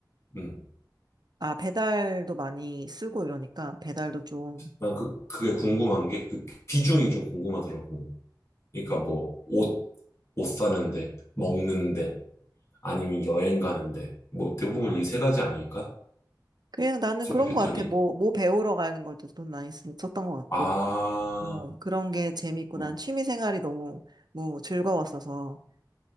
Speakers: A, on the left; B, on the right.
A: 음,
B: 아, 배달도 많이 쓰고 이러니까, 배달도 좀,
A: 난 그, 그게 궁금한 게 그 비중이 좀 궁금하더라고. 그러니까 뭐 옷, 옷 사는데, 먹는데, 아니면 여행 가는데, 뭐 대부분 이 세 가지 아닐까?
B: 그냥 나는
A: 소비
B: 그런
A: 패턴이?
B: 거 같아. 뭐, 뭐 배우러 가는 것도 돈 많이 쓰- 썼던 것 같고,
A: 아,
B: 뭐, 그런 게 재밌고,
A: 음,
B: 난 취미 생활이 너무, 뭐, 즐거웠어서.